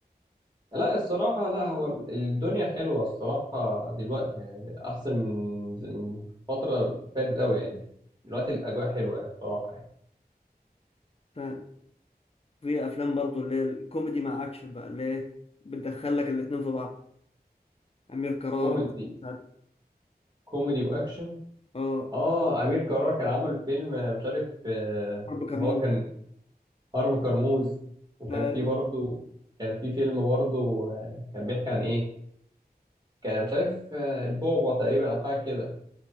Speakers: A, on the right; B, on the left.
A: لا الصراحة لا هو الدنيا حلوة الصراحة دلوقتي يعني أحسن من من فترة فاتت أوي يعني دلوقتي الأجواء حلوة يعني بصراحة يعني
B: ففي افلام برضو اللي هي الكوميدي مع اكشن بقى اللي هي بتدخل لك الاتنين في بعض امير كرارة
A: كوميدي
B: مثلا ساعات-
A: كوميدي وأكشن
B: اه
A: آه أمير كرارة كان عمل فيلم آه، مش عارف آه،
B: حرب كرموز
A: إن هو كان حرب كرموز وكان
B: ايوه
A: فيه برضه كان فيه فيلم برضه آه، كان بيحكي عن إيه كان مش عارف آه، البعبع تقريبا أو حاجة كده